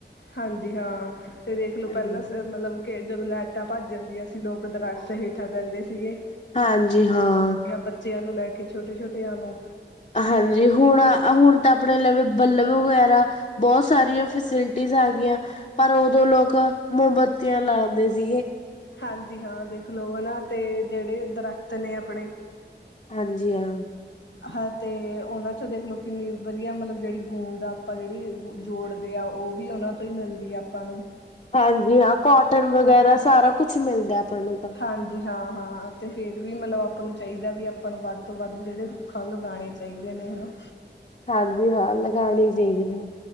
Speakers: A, on the left; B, on the left.
A: ਹਾਂਜੀ ਹਾਂ ਤੇ ਦੇਖ ਲਓ
B: ਹਾਂਜੀ।
A: ਪਹਿਲਾਂ ਮਤਲਬ ਕਿ ਜਦੋਂ ਲੈਟਾਂ ਭੱਜ ਜਾਂਦੀਆਂ ਸੀ ਲੋਕ ਦਰੱਖਤ ਹੇਠਾਂ ਬਹਿੰਦੇ ਸੀਗੇ
B: ਹਾਂਜੀ ਹਾਂ
A: ਬੱਚਿਆਂ ਨੂੰ ਲੈ ਕੇ ਛੋਟੇ ਛੋਟਿਆਂ ਨੂੰ
B: ਹਾਂਜੀ ਹੁਣ ਹੁਣ ਤਾਂ ਆਪਣੇ ਲਵੇ ਬੱਲਬ ਵਗੈਰਾ ਬਹੁਤ ਸਾਰੀਆਂ ਫੈਸਿਲਿਟੀਜ ਆਗੀਆਂ ਪਰ ਉਦੋਂ ਲੋਕ ਮੋਮਬੱਤੀਆਂ ਲਾਉਂਦੇ ਸੀਗੇ
A: ਹਾਂਜੀ ਹਾਂ ਦੇਖ ਲਓ ਹਨਾ ਤੇ ਜਿਹੜੇ ਦਰਖਤ ਨੇ ਆਪਣੇ
B: ਹਾਂਜੀ ਹਾਂ
A: ਹਾਂ ਅਤੇ ਉਹਨਾਂ ਚੋ ਦੇਖ ਲੈ ਕਿੰਨੀ ਵਧੀਆ ਮਤਲਬ ਜਿਹੜੀ ਗੂੰਦ ਆਪਾਂ ਜਿਹੜੀ ਜੋੜ ਦੇ ਆ ਉਹ ਵੀ ਉਹਨਾਂ ਤੋਂ ਹੀ ਮਿਲਦੀ ਆਪਾਂ ਨੂੰ
B: ਹਾਂਜੀ ਹਾਂ ਕੋਟਨ ਵਗੈਰਾ ਸਾਰਾ ਕੁਛ ਮਿਲਦਾ ਆਪਾਂ ਨੂੰ ਤਾਂ।
A: ਹਾਂਜੀ ਹਾਂ-ਹਾਂ ਅਤੇ ਫੇਰ ਵੀ ਮਤਲਬ ਆਪਾਂ ਨੂੰ ਚਾਹੀਦਾ ਵੀ ਆਪਾਂ ਨੂੰ ਵੱਧ ਤੋਂ ਵੱਧ ਜਿਹੜੇ ਰੁ ਰੁੱਖ ਲਗਾਣੇ ਚਾਹੀਦੇ ਨੇ ਹਨਾ।
B: ਹਾਂਜੀ ਹਾਂ ਲਗਾਨੇ ਹੀ ਚਾਹੀਦੇ ਨੇ।